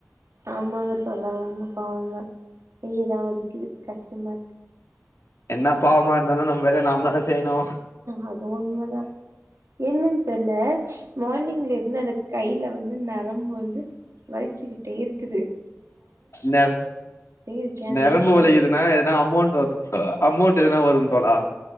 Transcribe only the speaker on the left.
என்ன பாவமா இருந்தானு நம் வேலைய நாம தான செய்ணு
நெர
நெரம்பு
வலிக்குதுனா எதுன்னா அமௌண்ட் வரு அமௌண்ட் எதனா வரு தோழா